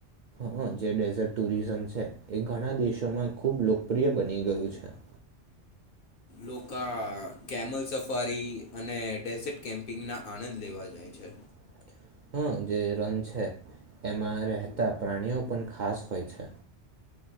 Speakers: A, on the right (about 55°); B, on the left (about 60°).
A: હ જે ડેઝર્ટ ટુરિઝમ છે એ ઘણા દેશોમાં ખુબ લોકપ્રિય બની ગયું છે <inaudible>
B: લોકાઆ કેમલ સફારી અને ડેઝિટ કેમ્પિંગ ના આનંદ લેવા જાય છે
A: <inaudible> જે રન છે એમાં રહેતા પ્રાણીઓ પણ ખાસ હોય છે